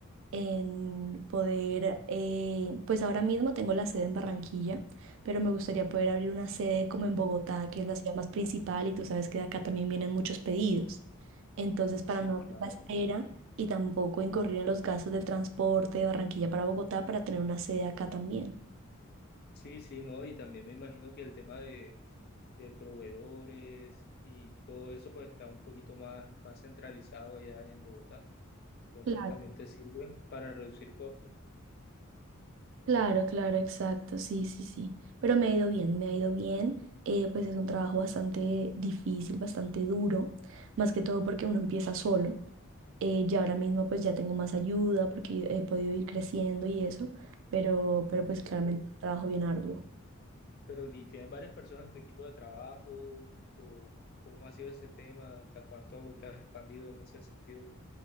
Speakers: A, on the right; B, on the left.
A: en poder, eh, pues ahora mismo tengo la sede en Barranquilla, pero me gustaría poder abrir una sede como en Bogotá, que es la ciudad más principal y tú sabes que de acá también vienen muchos pedidos. Entonces, para
B: Sí,
A: no hacer
B: claro.
A: la espera y tampoco incurrir en los gastos del transporte de Barranquilla para Bogotá para tener una sede acá también.
B: Sí, sí, no, y también me imagino que el tema de, de proveedores y todo eso pues está un poquito más, más centralizado allá en Bogotá. Entonces
A: Claro,
B: también te sirven para reducir costos.
A: claro, claro, exacto, sí, sí, sí. Pero me ha ido bien, me ha ido bien. eh, pues es un trabajo bastante difícil, bastante duro, más que todo porque uno empieza solo. Eh, ya ahora mismo pues ya tengo más ayuda porque he podido ir creciendo y eso, pero, pero pues claramente
B: Mm,
A: un trabajo bien arduo.
B: Pero ¿y tienes varias personas en tu equipo de trabajo? ¿O cómo ha sido ese tema? ¿Hasta cuánto te has expandido en ese sentido?